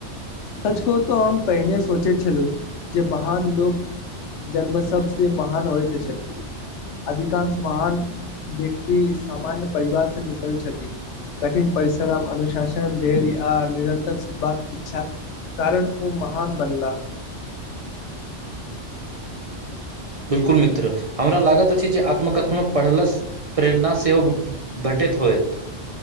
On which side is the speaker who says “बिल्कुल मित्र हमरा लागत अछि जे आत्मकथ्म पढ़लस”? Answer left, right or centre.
Right